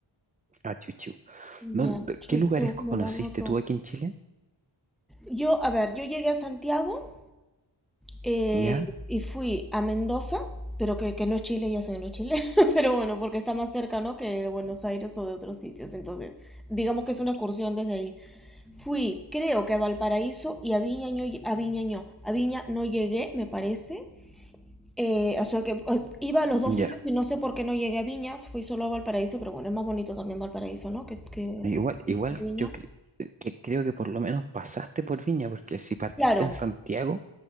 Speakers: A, on the right (about 20°); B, in the centre.
A: a Chuchú. ¿Dónde-
B: Ya, chucho,
A: ¿Qué lugares conociste
B: me lo anoto.
A: tú aquí en Chile?
B: Yo, a ver, yo llegué a Santiago eh,
A: ¿Ya?
B: y fui a Mendoza, pero que, que no es Chile, ya sé que no es Chile, <laughs> pero bueno, porque está más cerca, ¿no? Que de Buenos Aires o de otros sitios. Entonces, digamos que es una excursión desde ahí. Fui, creo que a Valparaíso y a Viña, no lle- a Viña no. A Viña no llegué, me parece. Eh, o sea que pues, iba a los dos sitios
A: Ya,
B: y no sé por qué no llegué a Viñas, fui solo a Valparaíso, pero bueno, es más bonito también Valparaíso, ¿no? Que, que
A: Igual, igual
B: Viña.
A: yo cre- eh, que creo que por lo menos pasaste por Viña, porque si partiste
B: Claro,
A: en Santiago,